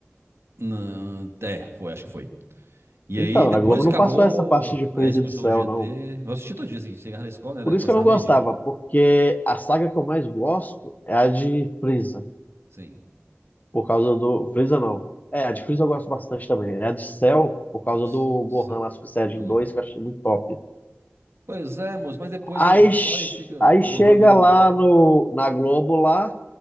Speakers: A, on the right; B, on the left.
A: Não, é, foi, acho que foi. E
B: Então,
A: aí, depois
B: na Globo não
A: que acabou.
B: passou essa parte de presa
A: Aí começou
B: de céu,
A: o GT.
B: não.
A: Eu assisti todo dia, assim. Chegava na escola, né,
B: Por
A: era,
B: isso
A: começava
B: que eu não gostava,
A: meio-dia.
B: porque a saga que eu mais gosto é a de Frieza,
A: Sim.
B: por causa do... Frieza não. É, a de Frieza eu gosto bastante também. É a de Cell, por causa
A: do, c-
B: do
A: do
B: Gohan
A: céu,
B: lá, Super Saiyajin
A: do Gohan.
B: 2, que eu achei muito top.
A: Pois é, moço, mas depois
B: Aí,
A: eles vai
B: ch-
A: e fica.
B: aí
A: O
B: chega
A: Gohan vira um.
B: lá no, na Globo, lá